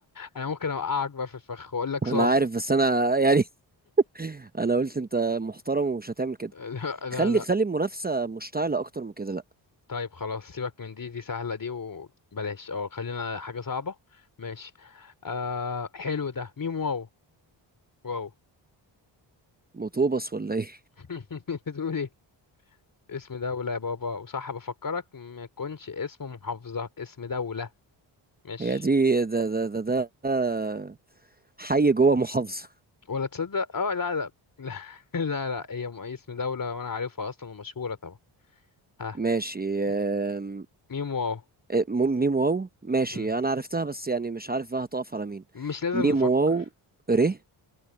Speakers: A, on the left; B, on the right.
A: أنا ممكن أوقعك بقى في الفخ وأقول لك صاد
B: انا عارف بس انا يعني <laughs> انا قلت انت محترم ومش هتعمل كده
A: <laughs> لا لا
B: خلي
A: لا
B: خلي المنافسه مشتعله اكتر من كده لا
A: طيب خلاص سيبك من دي دي سهلة دي وبلاش اه خلينا حاجة صعبة ماشي آه حلو ده ميم واو واو
B: مطوبس ولا ايه
A: <laughs> بتقول ايه اسم دولة يا بابا وصح بفكرك ما يكونش اسم محافظة اسم دولة
B: <laughs>
A: ماشي
B: هي دي ده ده ده ده ده حي جوه محافظه
A: ولا تصدق اه لا لا لا <laughs> لا لا هي م- اسم دولة وانا عارفها اصلا ومشهورة طبعا ها
B: ماشي
A: م-
B: آم،
A: ميم واو
B: إيه، م- ميم واو ماشي
A: مم.
B: انا عرفتها بس يعني مش عارف بقى هتقف على مين
A: مش لازم
B: ميم
A: نفكر
B: واو ر